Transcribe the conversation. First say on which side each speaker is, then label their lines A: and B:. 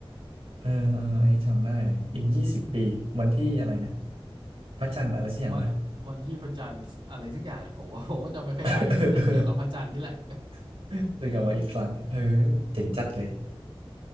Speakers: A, on the right; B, on the right.
A: เออเอออันนี้จำได้เลย อีกยี่สิบปีวันที่อะไรนะ พระจันทร์อะไรสักอย่างปะ
B: มาวันที่พระจันทร์อะไรสักอย่างผมว่า <laughs> ผมก็จำไม่ค่อยได้แต่เกี่ยวกับพระจันทร์นี่แหละ
A: <laughs> เออเออ <laughs> จะกลับมาอีกครั้งเออเจ๋งจัดเลย